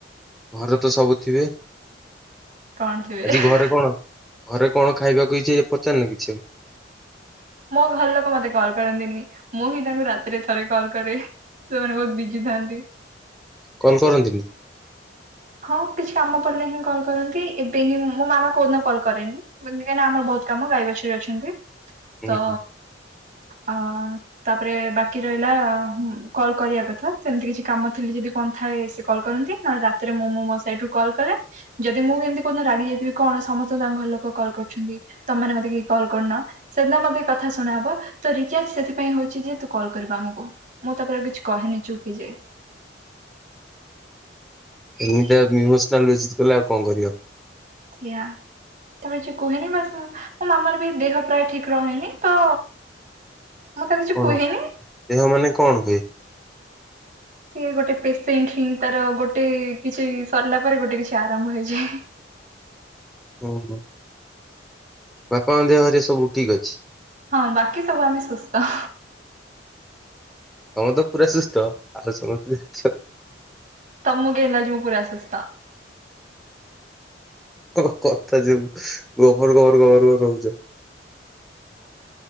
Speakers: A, in the centre; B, on the right.
A: ଘରେ ତ ସବୁ ଥିବେ।
B: କଣ ଥିବେ।
A: ଆଜି ଘରେ କଣ ଘରେ କଣ ଖାଇବାକୁ ହେଇଛି ପଚାରି ନ କିଛି।
B: ମୋ ଘର ଲୋକ ମତେ କଲ୍ କରନ୍ତିନି ମୁଁ ହିଁ ତାଙ୍କୁ ରାତିରେ ଥରେ କଲ୍ କରେ। ସେମାନେ ବହୁତ୍ ବିଜିିଥାନ୍ତି।
A: ଫୋନ କରନ୍ତିନି?
B: ହଁ କିଛି କାମ ପଡ଼ିଲେ ହିଁ କଲ୍ କରନ୍ତି ଏବେ ହିଁ ମୋ ମାମା କୋଉଦିନ କଲ୍ କରେନି। କାଇଁ ନା ଆମର ବହୁତ୍ କାମ ଗାଈ ବାଛୁରୀ ଅଛନ୍ତି
A: ହୁଁ
B: ତ
A: ହୁଁ
B: ଆ ତାପରେ ବାକି ରହିଲା କଲ କରିବା କଥା ସେମିତି କିଛି କାମ ଥିଲେ ଯଦି କଣ ଥାଏ ସେ କଲ୍ କରନ୍ତି ନହେଲେ ରାତିରେ ମୁଁ ମୋ ମୋ ସାଇଟ୍ ରୁ କଲ୍ କରେ। ଯଦି ମୁଁ କେମିତି କୋଉଦିନ ରାଗି ଯାଇଥିବି କଣ ସମସ୍ତେ ତାଙ୍କ ଘରଲୋକ କଲ୍ କରୁଛନ୍ତି। ତମେମାନେ ମତେ କେହି କଲ୍ କରୁନ। ସେଦିନ ମୋତେ କଥା ଶୁଣାହବ ତୋ ରିଚାର୍ଜ ସେଥିପାଇଁ ହୋଉଛି ଯେ ତୁ କଲ କରିବୁ ଆମକୁ। ମୁଁ ତାପରେ ଆଉକିଛି କହେନି ଚୁପ୍ ହେଇଯାଏ।
A: ଏମିତିଆ ଇମୋସନାଲ ବେଜିତ କଲେ ଆଉ କଣ କରିବ।
B: ଇୟା। ତାପରେ କିଛି କୁହେନି ବାସ୍ ମୋ ମାମାର ବି ଦେହ ପ୍ରାୟ ଠିକ୍ ରହେନି ତ ମୁଁ ତ କିଛି
A: କଣ
B: କୁହେନି।
A: ଦେହ ମାନେ କଣ ହୁଏ?
B: ସିଏ ଗୋଟେ ପେସେଣ୍ଟ ହିଁ ତାର ଗୋଟେ କିଛି ସରିଲା ପରେ ଗୋଟେ କିଛି ଆରମ୍ଭ ହେଇଯାଏ।
A: ହୁଁ। ବାପାଙ୍କ ଦେହ ହରି ସବୁ ଠିକ୍ ଅଛି।
B: ହଁ ବାକି ସବୁ ଆମେ ସୁସ୍ଥ।
A: ତମେ ତ ପୁରା ସୁସ୍ଥ ଆଉ ସମସ୍ତେ ଠିକ୍।
B: ତମକୁ କେମିତି ଲାଗୁଛି ମୁଁ ପୁରା ସୁସ୍ଥ।
A: ତମ କଥା ଯଉ ଗୋବର ଗୋବର ଗୋବର ଗୋବର ହଉଛ।